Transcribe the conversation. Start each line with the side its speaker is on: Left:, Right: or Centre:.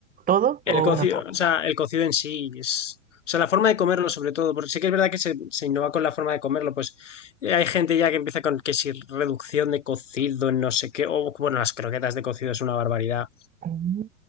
Right: ¿Todo o
Left: El cocido,
Right: una parte?
Left: o sea, el cocido en sí es. O sea, la forma de comerlo, sobre todo, porque sí que es verdad que se, se innova con la forma de comerlo, pues eh, hay gente ya que empieza con que si reducción de cocido, en no sé qué, o bueno, las croquetas de cocido es una barbaridad.
Right: Mm,